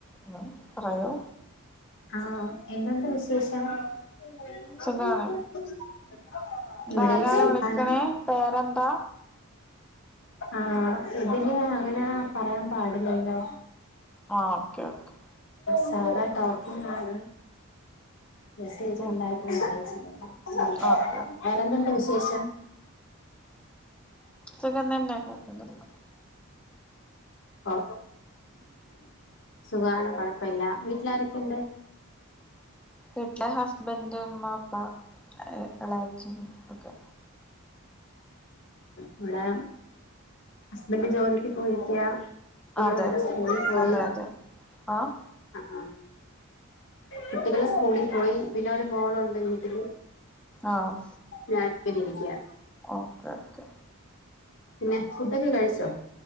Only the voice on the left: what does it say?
ആഹ് എന്തുണ്ട് വിശേഷം? <unintelligible>
ഇവിടെയും സുഖാണ്
ആഹ് ഇതില് അങ്ങനെ പറയാൻ പാടി ലല്ലോ
സാധാ ടോപിങ് ആണ് മെസ്സേജ് ഉണ്ടായിരുന്നു
<unintelligible>
വേറെന്തുണ്ട് വിശേഷം?
ഓ സുഖാണ് കൊഴ്പ്പല്യ വീട്ടിലാരക്കണ്ട്?
ഇവടെ ഹസ്ബൻഡ് ജോലിക്ക് പോയിരിക്കാ. കുട്ടികളൊക്ക
സ്കൂളി പോയി
അആഹ്. കുട്ടികള് സ്കൂളി പോയി പിന്നെ ഒരു മോളുണ്ട് വീട്ടില്.
ഞാൻ പ്പേങ്ങനെ ഇരിക്കാ
പിന്നെ ഫുഡ്‌ഒക്കെ കഴിച്ചോ?